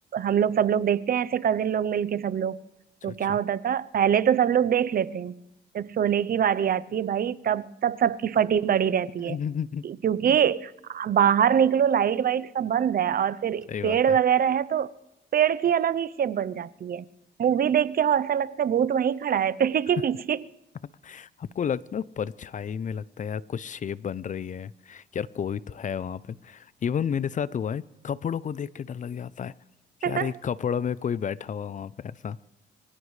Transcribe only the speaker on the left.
अच्छा
अच्छा
<laughs>
सही
बात
है
<laughs>
आपको लगता है परछाई में लगता है यार कुछ शेप बन रही है यार कोई तो है वहां पे इवन मेरे साथ हुआ है कपड़ों को देख के डर लग जाता है कि
यार एक कपड़ों में कोई बैठा हुआ वहां पे ऐसा